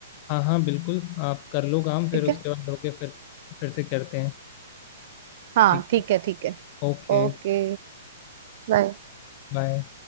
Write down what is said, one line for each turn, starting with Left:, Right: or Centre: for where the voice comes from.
Left: हाँ हाँ बिल्कुल आप कर लो काम फिर
Right: ठीक
Left: उसके
Right: है
Left: बाद होके फिर फिर से करते हैं
Right: हाँ
Left: ठीक
Right: ठीक
Left: है
Right: है ठीक है
Left: ओके
Right: ओके बाय
Left: बाय